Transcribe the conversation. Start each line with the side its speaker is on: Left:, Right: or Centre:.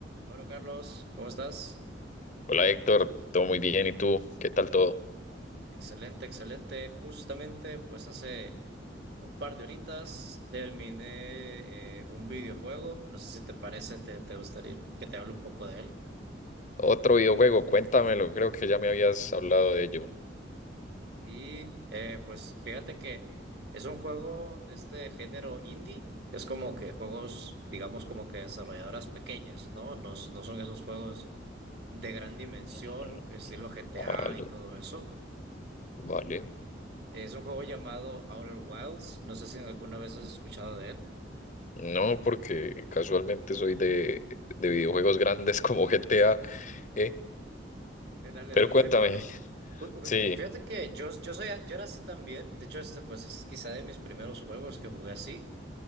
Right: Bueno, Carlos, ¿cómo estás?
Left: Hola Héctor, todo muy bien. ¿Y tú? ¿Qué tal todo?
Right: Excelente, excelente. Justamente, pues hace un par de horitas terminé eh, un videojuego. No sé si te parece, te, te gustaría que te hable un poco de él.
Left: Otro videojuego, cuéntamelo. Creo que ya me habías hablado de ello.
Right: Y eh, pues fíjate que es un juego de este género indie. Es como que juegos, digamos, como que desarrolladoras pequeñas, ¿no? No, no son esos juegos de gran dimensión,
Left: Mm,
Right: estilo GTA
Left: Vale,
Right: y todo eso.
Left: vale.
Right: Es un juego llamado Outer Wilds. No sé si alguna vez has escuchado de él.
Left: No, porque casualmente soy de, de videojuegos grandes <laughs> como GTA, ¿eh?
Right: Eh, dale,
Left: Pero
Right: no,
Left: cuéntame.
Right: no hay problema. Ju- ju-
Left: Sí,
Right: Fíjate que yo, yo soy, yo era así también. De hecho, este pues es quizá de mis primeros juegos que jugué así,